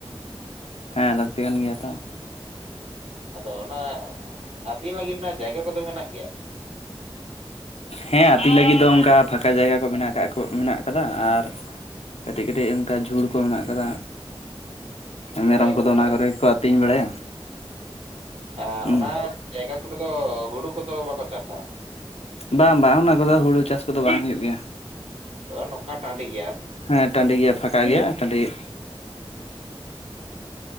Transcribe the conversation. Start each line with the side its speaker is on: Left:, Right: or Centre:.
Left: ᱦᱮᱸ ᱞᱟᱹᱠᱛᱤ ᱠᱟᱱ ᱜᱮᱭᱟ ᱛᱚ᱾
Right: ᱟᱫᱚ ᱚᱱᱟ ᱟᱹᱛᱤᱧ ᱞᱟᱹᱜᱤᱫ ᱨᱮᱱᱟᱜ ᱡᱟᱭᱜᱟ ᱠᱚᱫᱚ ᱢᱮᱱᱟᱜ ᱜᱮᱭᱟ᱾
Left: ᱦᱮᱸ ᱟᱹᱛᱤ ᱞᱟᱹᱜᱤᱫ ᱫᱚ ᱚᱱᱠᱟ ᱯᱷᱟᱸᱠᱟ ᱡᱟᱭᱜᱟ ᱠᱚ ᱢᱮᱱᱟᱜ ᱟᱠᱟᱟᱜ ᱠᱚ ᱢᱮᱱᱟᱜ ᱟᱠᱟᱫᱟ, ᱟᱨ ᱠᱟᱹᱴᱤᱡ ᱠᱟᱹᱴᱤᱡ ᱚᱱᱠᱟ ᱡᱷᱩᱲ ᱠᱚ ᱢᱮᱱᱟᱜ ᱟᱠᱟᱫᱟ᱾
Right: ᱚ
Left: ᱢᱮᱨᱚᱢ ᱠᱚᱫᱚ
Right: ᱦᱚ,
Left: ᱚᱱᱟ ᱠᱚᱨᱮ ᱜᱮ ᱠᱚ ᱟᱹᱛᱤᱧ ᱵᱟᱲᱟᱭᱟ᱾
Right: ᱮ
Left: ᱦᱩᱸ
Right: ᱚᱱᱟ ᱡᱟᱭᱜᱟ ᱠᱚᱨ ᱫᱚ ᱦᱩᱲᱩ ᱠᱚᱫᱚ ᱵᱟᱠᱚ ᱪᱟᱥᱟ?
Left: ᱵᱟᱝ ᱵᱟᱝ ᱚᱱᱟ ᱠᱚᱫᱚ ᱦᱩᱲᱩ ᱪᱟᱥ ᱠᱚᱫᱚ ᱵᱟᱝ ᱦᱩᱭᱩᱜ ᱜᱮᱭᱟ᱾
Right: ᱦ ᱱᱚᱝᱠᱟ ᱴᱟᱺᱰᱤ ᱜᱮᱭᱟ᱾
Left: ᱦᱮᱸ ᱴᱟᱺᱰᱤ ᱜᱮᱭᱟ ᱯᱷᱟᱸᱠᱟ ᱜᱮᱭᱟ ᱴᱟᱺᱰᱤ ᱜᱮᱭᱟ᱾
Right: <unintelligible>